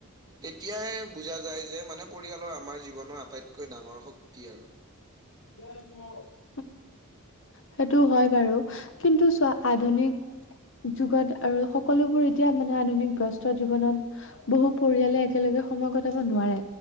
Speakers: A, on the right; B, on the left.
A: এতিয়াই বুজা যায় যে মানে পৰিয়ালৰ আমাৰ জীৱনৰ আটাইতকৈ ডাঙৰ শক্তি আৰু।
B: <unintelligible> সেইটো হয় বাৰু কিন্তু চোৱা আধুনিক যুগত আৰু সকলোবোৰ এতিয়া মানে আধুনিক বস্ত জীৱনত বহু পৰিয়ালে একেলগে সময় কটাব নোৱাৰে